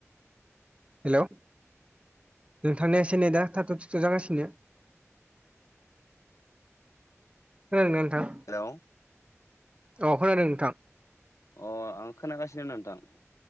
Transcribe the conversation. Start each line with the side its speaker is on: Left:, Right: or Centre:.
Right: हेल' जों थांनायासै नै दा थ' थिथ' जागासिनो नोंथां
Left: हेलौ
Right: अ खोनादों नोंथां
Left: अ आं खोनागासिनो नोंथां